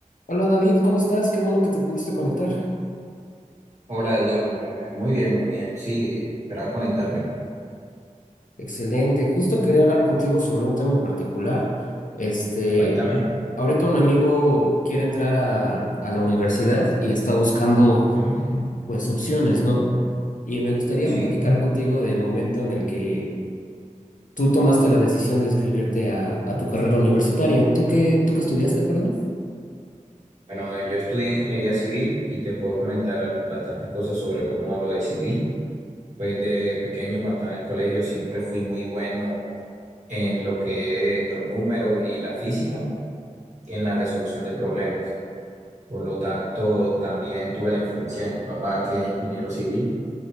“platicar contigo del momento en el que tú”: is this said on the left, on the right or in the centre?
Left